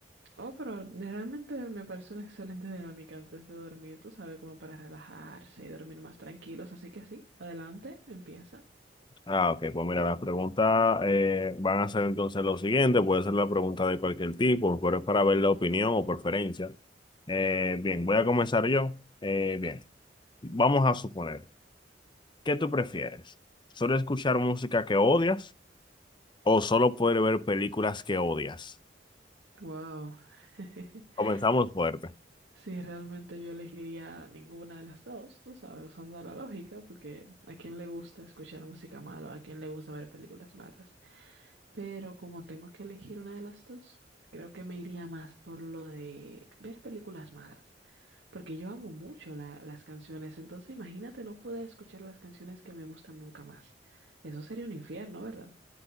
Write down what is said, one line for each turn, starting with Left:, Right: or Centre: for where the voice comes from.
Right: Oh, pero realmente me parece una excelente dinámica antes de dormir, tú sabes, como para relajarse y dormir más tranquilos. Así que sí, adelante, empieza.
Left: Ah, ok, pues mira, las preguntas eh, van a ser entonces lo siguiente, puede ser la pregunta de cualquier tipo, pero es para ver la opinión o preferencia. Eh, bien, voy a comenzar yo. Eh, bien, vamos a suponer, ¿qué tú prefieres? ¿Solo escuchar música que odias o solo poder ver películas que odias?
Right: Wow. <laughs>
Left: Comenzamos fuerte,
Right: Sí, realmente yo elegiría ninguna de las dos, tú sabes, usando la lógica, porque a quién le gusta escuchar música mala, a quién le gusta ver películas malas. Pero como tengo que elegir una de las dos, creo que me iría más por lo de ver películas malas. Porque yo amo mucho la- las canciones, entonces imagínate no poder escuchar las canciones que me gustan nunca más. Eso sería un infierno, ¿verdad?